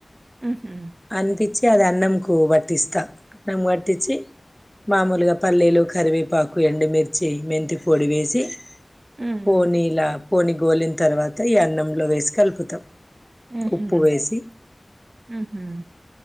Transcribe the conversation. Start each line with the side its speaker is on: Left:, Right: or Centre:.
Right: ఉహు
Centre: అనిపించి అది అన్నం కు పట్టిస్తా అన్నము కు పట్టిచ్చి మామూలుగా పల్లీలు కరివేపాకు ఎండుమిర్చి మెంతి పొడి వేసి
Right: హ్మ్.
Centre: పోనీ ఇలా పోని గోలిన తర్వాత ఈ అన్నంలో వేసి కలుపుతా
Right: హుహు.
Centre: ఉప్పు వేసి
Right: హుహు.